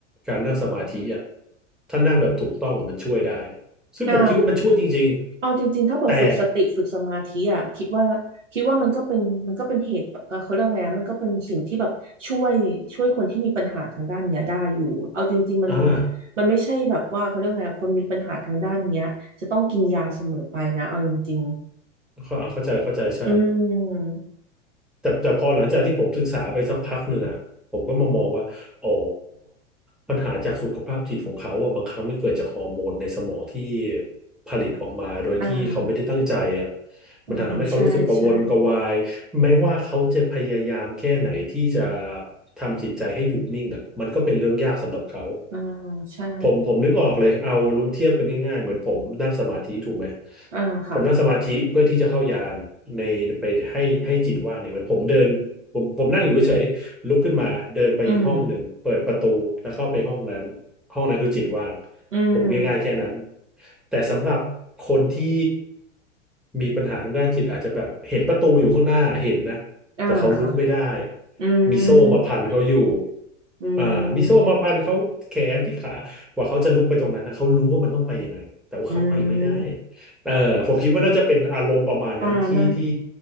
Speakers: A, in the centre; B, on the right (about 70°).
A: การนั่งสมาธิอะถ้านั่งแบบถูกต้องอะมันช่วยได้ซึ่งผมคิดว่ามันช่วยจริงๆแต่
B: อ่า เอาจริงๆถ้าเกิดฝึกสติฝึกสมาธิอ่ะคิดว่าคิดว่ามันก็เป็นมันก็เป็นเหตุเอ่อเขาเรียกว่าไงอะมันก็เป็นสิ่งที่แบบช่วยช่วยคนที่มีปัญหาทางด้านเนี้ยได้อยู่เอาจริงๆมัน
A: อ่า
B: มันไม่ใช่แบบว่าเขาเรียกว่าไงอะคนมีปัญหาทางด้านเนี้ยจะต้องกินยาเสมอไปนะเอาจริง
A: เข้าเข้าใจเข้าใจใช่
B: ๆอืม
A: แต่แต่พอหลังจากที่ผมศึกษาไปสักพักหนึ่งอ่ะผมก็มามองว่าอ๋อปัญหาจากสุขภาพจิตของเขาอ่ะบางครั้งไม่เกิดจากฮอร์โมนในสมองที่ผลิตออกมาโดยที่เขาไม่ได้ตั้งใจอ่ะ
B: อ่าอืมใช่ใช่
A: มันทำให้เขารู้สึกกระวนกระวายไม่ว่าเขาจะพยายามแค่ไหนที่จะทำจิตใจให้หยุดนิ่งอ่ะมันก็เป็นเรื่องยากสำหรับเขา
B: อ่าใช่
A: ผมผมนึกออกเลยเอารู้เทียบกันง่ายๆเหมือนผมนั่งสมาธิถูกไหม
B: อ่าค่ะ
A: ผมนั่งสมาธิเพื่อที่จะเข้ายานในไปให้ให้จิตว่างเนี่ยเหมือนผมเดินผมผมนั่งอยู่เฉยๆลุกขึ้นมาเดินไปอีกห้องหนึ่งเปิดประตูแล้วเข้าไปห้องนั้น
B: อืม
A: ห้องนั้นคือจิตว่าง
B: อืม
A: ผมง่ายๆแค่นั้นแต่สำหรับคนที่มีปัญหาทางด้านจิตอาจจะแบบเห็นประตูอยู่ข้างหน้าเห็นนะ
B: อ่าค่ะ
A: แต่เขาลุกไม่ได้
B: อืม
A: มีโซ่มาพันเขาอยู่
B: อื
A: อ่ามีโซ่มาพันเขาแขนที่ขา
B: ม
A: กว่าเขาจะลุกไปตรงนั้นนะเขารู้ว่ามันต้องไปยังไงแต่ว่าเขาไปไม่ได้
B: อืม
A: เออผมคิดว่าน่าจะเป็นอารมณ์ประมาณนั้นที่ที่
B: อ่าน่น